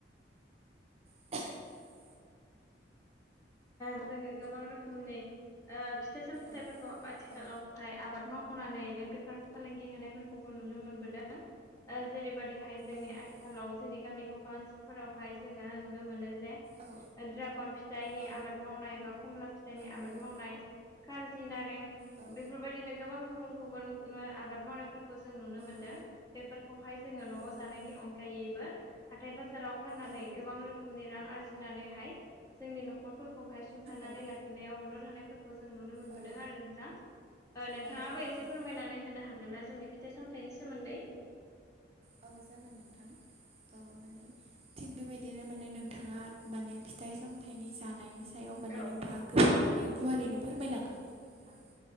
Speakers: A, on the right (about 35°); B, on the left (about 15°).
A: <inaudible>
B: जोङो गोबां रोखोमनि ओ फिथाइ सामथायाइफोरखौ
A: औ
B: आथिखालाव
A: औ
B: हाय आबाद मावनानै बेफार फालांगि होनायफोरखौबो नुनो मोनबोदों ओ जेरैबायदिहाय जोंनि
A: औ नंगौ
B: आथिखालाव जोंनि गामि गफा ओनसोलफोरावहाय जोङो नुनो मोनो जे ड्रागन
A: औ
B: फिथाइनि
A: औ
B: आबाद मावनाय बा खमला फिथाइनि आबाद
A: नंगौ
B: मावनाय कारजि नारें
A: औ
B: बेफोरबायदिनो गोबां गुबुन गुबुन आबाद मावनायफोरखौ जों नुनो मोनदों
A: औ
B: बेफोरखौहाय जोङो न'आव
A: नंगौ
B: जानायनि अनगायैबो हाथाय बाजाराव फाननानै
A: औ
B: गोबां रोखोमनि रां आरजिनानैहाय जोंनि न'खरफोरखौहाय सुंथानानै
A: औ
B: लाखि नायाव मदद होनाय फोर खौ जों नुनो मोनबोदों
A: औ
B: आरो नोंथां ओ नोंथाङाबो
A: औ नंगौ
B: एसे
A: नोंथां
B: फोरमायनानै होनो हागोन ना जोंनि फि थाइ सामथाइनि सोमोन्दै
A: औ जागोन नोंथां औ माने थिग बेबायदिनो माने नों नोंथाङा माने फिथाइ सामथाइनि जानायनि सायाव माने
B: औ
A: नोंथां गोबां माने गुवारैनो फोरमायलांखाबाय आरो नोंथां